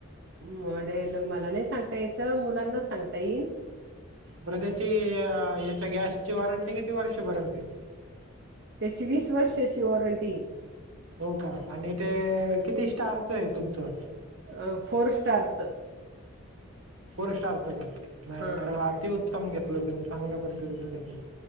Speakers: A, on the right; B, on the right.
A: मॉडेल मला नाही सांगता यायचं, मुलांनाच सांगता येईल.
B: बरं त्याची याच्या गॅसची वॉरंटी किती वर्षापर्यंत आहे?
A: त्याची वीस वर्षाची वॉरंटी य.
B: हो का,, आणि ते किती स्टारच आहे तुमचं?
A: अ फोर स्टारचं.
B: फोर स्टारचं का,, मग
A: हा
B: अतिउत्तम घेतलं तुम्ही चांगल्या पद्धतीनच घेतलं.